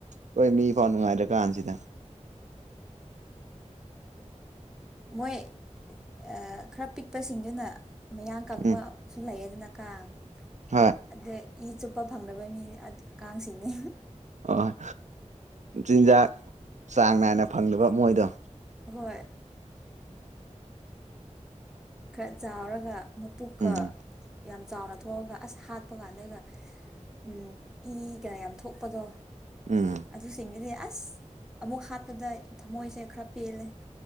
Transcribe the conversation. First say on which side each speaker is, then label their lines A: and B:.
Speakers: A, on the right; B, in the centre.
A: ꯈꯣꯏ ꯃꯤ ꯐꯥꯎ ꯅꯨꯡꯉꯥꯏ ꯇ꯭ꯔꯀꯥꯟꯁꯤꯗ
B: ꯃꯣꯏ ꯑ ꯈꯔ ꯄꯤꯛꯄꯁꯤꯡꯗꯨꯅ ꯃꯌꯥꯡ ꯀꯪꯕ
A: ꯎꯝ
B: ꯄꯁꯨ ꯂꯩꯌꯦꯗꯅꯥ ꯀꯥꯡ
A: ꯍꯣꯏ
B: ꯑꯗꯩ ꯏ ꯆꯨꯞꯄ ꯐꯪꯗꯕ ꯃꯤꯅꯦ ꯑꯗꯨ ꯀꯥꯡꯁꯤꯡꯅꯦ
A: ꯑꯣꯏ ꯆꯤꯟꯖꯥꯛ ꯆꯥꯡ ꯅꯥꯏꯅ ꯐꯪꯗꯕ ꯃꯣꯏꯗꯣ
B: ꯍꯣꯏ ꯈꯔ ꯆꯥꯎꯔꯒ ꯃꯄꯨꯛꯀ
A: ꯎꯝ
B: ꯌꯥꯝ ꯆꯥꯎꯅ ꯊꯣꯛꯑꯒ ꯑꯁ ꯍꯥꯠꯄ ꯀꯥꯟꯗꯩꯒ ꯎꯝ ꯏꯒ ꯌꯥꯝ ꯊꯣꯛꯄꯗꯣ
A: ꯎꯝ
B: ꯑꯗꯨꯁꯤꯡꯗꯨꯗꯤ ꯑꯁ ꯑꯃꯨꯛ ꯍꯥꯠꯄꯗ ꯊꯝꯃꯣꯏꯁꯦ ꯈꯔ ꯄꯦꯜꯂꯦ